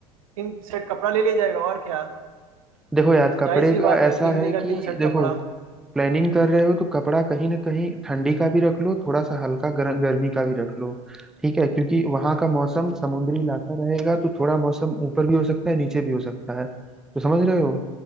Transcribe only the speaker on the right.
तीन सेट कपड़ा ले लिया जाएगा और क्या
जाहिर सी
बात है
तीन
दिन
का तीन सेट
कपड़ा